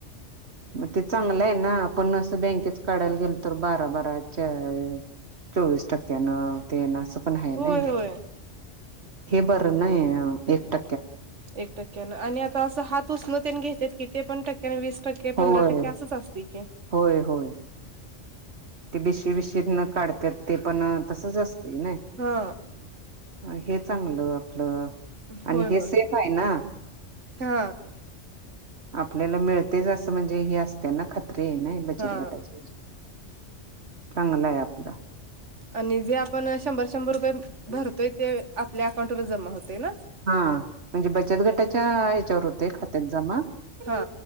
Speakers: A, on the right; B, on the right.
A: मग ते चांगलं आहे ना पण असं बँकेत काढायला गेल तर बारा बाराच्या चोवीस टक्क्या न ते मग
B: होय होय
A: बर नाही ट
B: एक टक्क्यान आणि आता असं हात उष्णतेने घेत कि ते पण टक्याने वीस टक्के
A: होय
B: पंधरा टक्के असंच असतंय की
A: होय होय ते बश काढत ते पण तसच असत नाही
B: हा
A: हे चांगलं आपलं आणि
B: होय
A: हे
B: होय
A: सेफ आहे ना
B: हा
A: आपल्याला मिळतेच असं म्हणजे हे असतेना खात्री आहे ना बचत
B: हा
A: गटाची चगलाया पिरा
B: आणि जे आपण शंभर शंभर रुपये भरतोय ते आपल्या अकाउंटवरर जमा होतोय ना
A: हा म्हणजे बचत गटाच्या हच्यावर होते खात्यात जमा
B: हा